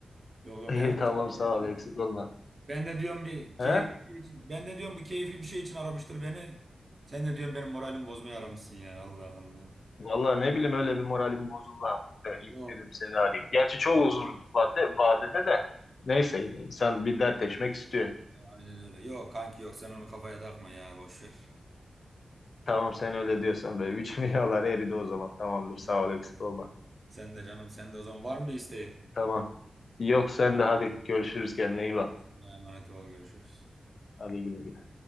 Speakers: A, on the right; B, on the left.
A: Yok
B: <laughs>
A: yok
B: İyi
A: benim
B: tamam
A: de hiç kafamı
B: sağ
A: bulandırma.
B: ol eksik olma.
A: Ben de diyorum bir
B: He?
A: keyifli bir şey için ben de diyorum bu keyifli bir şey için aramıştır beni. Sen de diyorum benim moralimi bozmaya aramışsın ya Allah Allah.
B: Vallahi ne bileyim öyle bir moralim bozuldu hafif de
A: Yok
B: ilk dedim seni arayayım. Gerçi çok uzun vade, vadede de neyse insan bir dertleşmek istiyor.
A: aynen öyle. Yok kanki yok sen onu kafaya takma ya boş ver.
B: Tamam sen öyle diyorsan da üç <laughs> yağlar eridi o zaman. Tamamdır sağ
A: Eyvallah.
B: ol eksik olma.
A: Sen de canım sen de o zaman var mı bir isteğin?
B: Tamam. Yok sen de hadi görüşürüz kendine
A: Görüşürüz.
B: iyi bak.
A: Allah'a emanet ol. Görüşürüz.
B: Hadi güle güle.